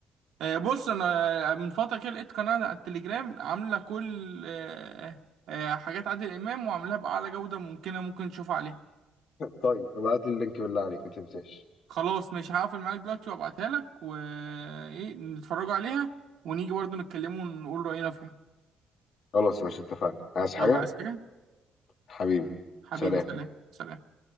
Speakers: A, on the right; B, on the left.
A: آه، بص انا آه، من فتره كده لقيت قناه على التليجرام عامله كل آه، آه، حاجات عادل امام وعاملاها باعلى جوده ممكنه ممكن تشوفها عليها
B: <laughs> طيب ابعت لي اللينك بالله عليك ما تنساش
A: خلاص مش هقفل معاك دلوقتي وابعتها لك وايه نتفرجوا عليها ونيجي برضو نتكلموا ونقول راينا فيها
B: خلاص مش اتفقنا عايز حاجة
A: يلا عايز حاجه
B: حبيبي
A: حبيبي
B: سلام
A: سلام سلام